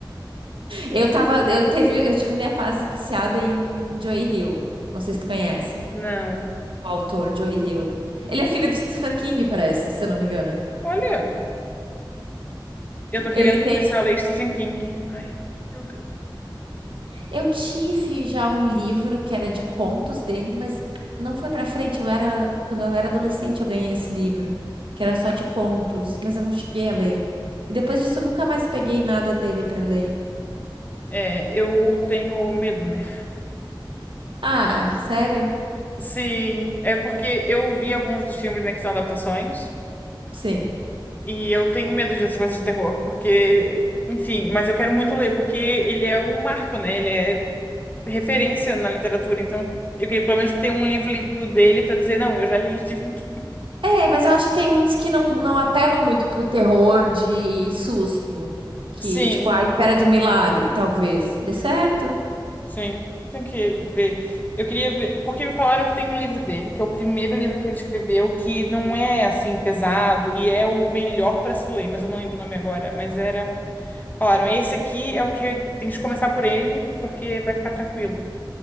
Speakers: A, on the right; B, on the left.
A: Eu tava, eu teve, eu tive minha fase viciada em Joy Hill. Não sei se tu conhece.
B: Não.
A: o autor, Joe Hill. Ele é filho do Stephen King, parece, se eu não me engano.
B: Olha, eu tô querendo
A: Ele tem.
B: começar a ler Stephen King. Ai, meu Deus.
A: Eu tive já um livro que era de contos dele, mas não foi pra frente. Eu era. Quando eu era adolescente, eu ganhei esse livro, que era só de contos, mas eu não cheguei a ler. E depois disso, eu nunca mais peguei nada dele pra ler.
B: É, eu tenho medo, né?
A: Ah, sério?
B: Sim, é porque eu vi alguns dos filmes, né, que são adaptações,
A: Sim.
B: e eu tenho medo dessas coisas de terror, porque, enfim, mas eu quero muito ler, porque ele é um marco, né? Ele é referência na literatura, então eu queria pelo menos ter um livro lido dele pra dizer, não, eu já li Stephen King.
A: É, mas eu acho que tem uns que não, não apelam muito pro terror de susto. Que,
B: Sim,
A: tipo, à espera de um milagre, talvez. Dê certo.
B: sim, tem que ver. Eu queria ver, porque me falaram que tem um livro dele, que é o primeiro livro que ele escreveu, que não é assim pesado e é o melhor pra se ler, mas eu não lembro o nome agora, mas era Falaram, esse aqui é o que tem que começar por ele, porque vai ficar tranquilo.